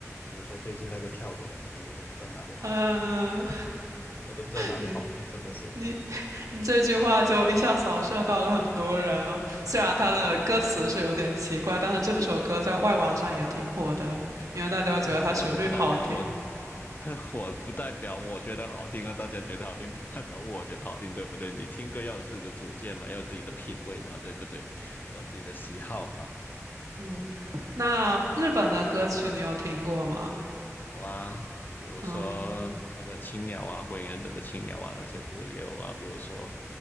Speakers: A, on the left; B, on the right.
A: 比如说最近那个跳楼机，我都不知道哪里好听，
B: 嗯，
A: 我都不知道哪里好听，
B: 你
A: 真的是。
B: 你 <laughs> 你这句话就一下扫射到了很多人哦。虽然他的歌词是有点奇怪，但是这首歌在外网上也挺火的，因为大家觉得它旋律好听。
A: 那火的不代表我 <laughs> 火不代表我觉得好听啊，大家觉得好听不代表我觉得好听，对不对？你听歌要有自己的主见嘛，要有自己的品味嘛，对不对？要有自己的喜好嘛。
B: 嗯，那日本的歌曲你有听过吗？
A: 有啊，比如说那个青鸟啊，
B: 嗯，
A: 火影忍者的青鸟啊，那些歌也有啊。比如说